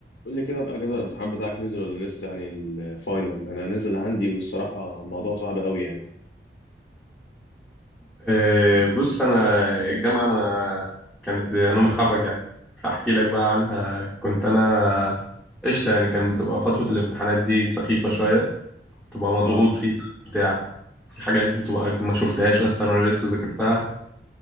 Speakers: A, on the left (about 65°); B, in the centre.
A: قول لي كده بقى جدول الامتحان بتاعك نزل ولا لسه يعني الفاينل انا نزل عندي والصراحه موضوع صعب قوي يعني
B: أه بص انا الجامعه انا كانت انا متخرج يعني فاحكي لك بقى عنها كنت انا قشطه يعني كان بتبقى فتره الامتحانات دي سخيفه شويه بتبقى مضغوط
A: اه
B: فيها بتاع في حاجات بتبقى ما شفتهاش اصلا ولا لسه ذاكرتها